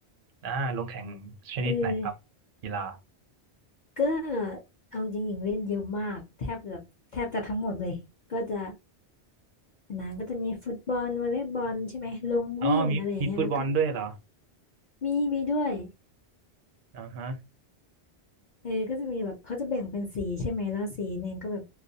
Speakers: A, on the right; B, on the left.
A: อ่าลงแข่งชนิดไหนครับกีฬา
B: เออก็เอาจริงหญิงเล่นเยอะมาก แทบจะแทบจะทั้งหมดเลย ก็จะนานก็จะมีฟุตบอลวอลเลย์บอลใช่ไหม ลงวิ่งอะไรอย่างเงี้ยแล้วก็
A: อ๋อมีมีฟุตบอลด้วยเหรอ
B: มีมีด้วย
A: อ่าฮะ
B: เออก็จะมีแบบเขาจะแบ่งเป็นสีใช่ไหมแล้วสีหนึ่งก็แบบ